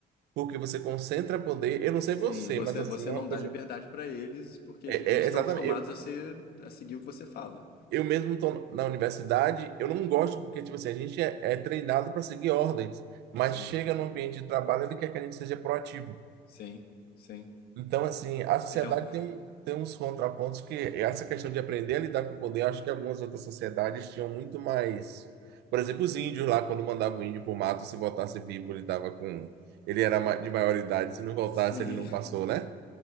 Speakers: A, on the right; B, on the left.
A: Porque você concentra poder. Eu não
B: Sim,
A: sei você,
B: você,
A: mas assim,
B: você
A: uma
B: não
A: coisa.
B: dá liberdade para eles porque eles
A: É,
B: eles
A: é
B: estão
A: exatamente.
B: acostumados
A: Eu,
B: a ser a seguir o que você fala.
A: eu mesmo estou na universidade, eu não gosto porque, tipo assim, a gente é, é treinado para seguir ordens, mas
B: Sim,
A: chega no ambiente de trabalho, ele quer que a gente seja proativo.
B: sim, sim.
A: Então, assim, a sociedade
B: É o... <laughs>
A: tem, tem uns contrapontos que essa questão de aprender a lidar com o poder, eu acho que algumas outras sociedades tinham muito mais. Por exemplo, os índios lá, quando mandavam o índio para o mato, se voltasse vivo, ele tava com. Ele era ma- de maior idade, se não voltasse,
B: Sim,
A: ele não passou, né?